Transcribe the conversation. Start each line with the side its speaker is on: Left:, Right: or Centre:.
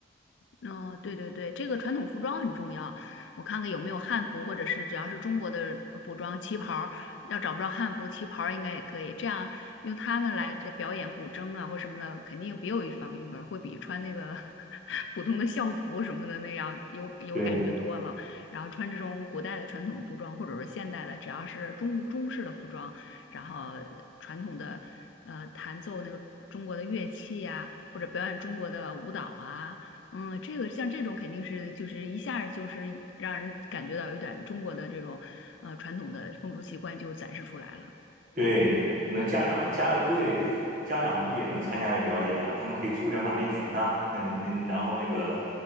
Left: 嗯、呃对对对，这个传统服装很重要。我看看有没有汉服，或者是只要是中国的服装，旗袍儿要找不着汉服，旗袍儿应该也可以。这样用他们来这表演古筝啊或什么的，肯定别有一番韵味儿会比穿那个 <laughs> 普通的校服什么的那样有有感觉多了。
Right: 对，
Left: 然后穿这种古代的传统服装，或者是现代的，只要是中中式的服装，然后传统的呃弹奏那个中国的乐器啊，或者表演中国的舞蹈啊。嗯，这个像这种肯定是就是一下儿就是让人感觉到有点中国的这种呃传统的风俗习惯就展示出来了。
Right: 对，那家长家委会家长估计也能参加一下表演啊，他们可以租点马面裙呐、嗯嗯，然后那个